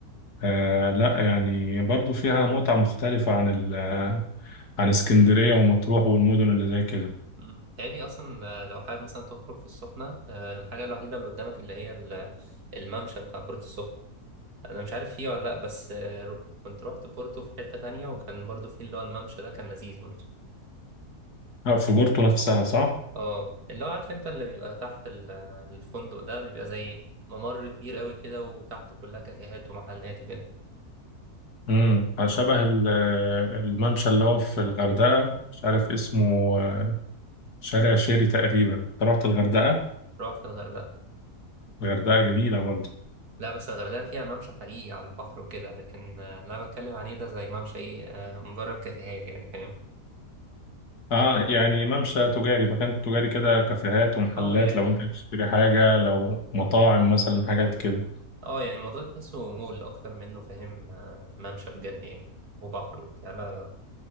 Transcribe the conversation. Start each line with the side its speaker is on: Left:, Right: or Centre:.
Left: آه لا يعني برضو فيها متعة مختلفة عن ال... آه، عن اسكندرية ومطروح والمدن اللي زي كده
Right: مم. تاني اصلا آه، لو حابب مثلا تخرج في السخنه آه، الحاجه الوحيده اللي قدامك اللي هي ال- الممشى بتاع بورتو السخنه انا مش عارف فيه ولا لا بس آه، رو- كنت روحت بورتو في حته تانية وكان برضو فيه اللي هو الممشى ده كان لذيذ برضو
Left: آه، في بورتو نفسها صح؟
Right: اه اللي هو عارف انت اللي بيبقى تحت ال- الفندق ده بيبقى زي ممر كبير قوي كده وتحته كلها كافيهات ومحلات وكده
Left: امم شبه ال- آه، الممشى اللي هو في الغردقة مش عارف اسمه آه، شارع شيري تقريبا أنت رحت الغردقة؟
Right: روحت الغردقه
Left: الغردقة جميلة برضو
Right: لا بس الغردقه فيها ممشى حقيقي على البحر وكده لكن آه، اللي انا بتكلم عليه ده زي ممشى ايه آه، مجرد كافيهات يعني فاهم
Left: اه يعني ممشى تجاري مكان تجاري كده كافيهات ومحلات
Right: اه يعني
Left: لو انت بتشتري حاجة لو مطاعم مثلا حاجات كده
Right: اه يعني الموضوع تحسه مول اكتر منه فاهم آه، ممشى بجد يعني وبحر وبتاع لا لا